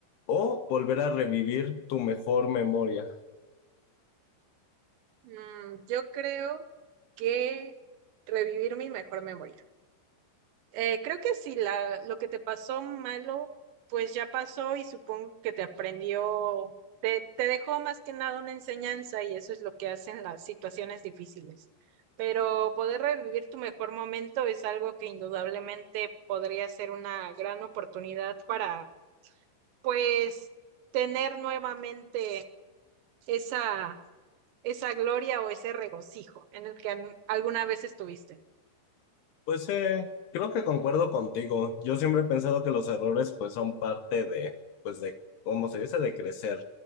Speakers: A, on the left; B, on the right.
A: o volver a revivir tu mejor memoria?
B: Mm, yo creo que revivir mi mejor memoria. Eh, creo que si la, lo que te pasó malo, pues ya pasó y supongo que te aprendió, te, te dejó más que nada una enseñanza y eso es lo que hacen las situaciones difíciles. Pero poder revivir tu mejor momento es algo que indudablemente podría ser una gran oportunidad para, pues, tener nuevamente esa, esa gloria o ese regocijo en el que an- alguna vez estuviste.
A: Pues eh, creo que concuerdo contigo. Yo siempre he pensado que los errores pues son parte de, pues de, ¿cómo se dice? De crecer.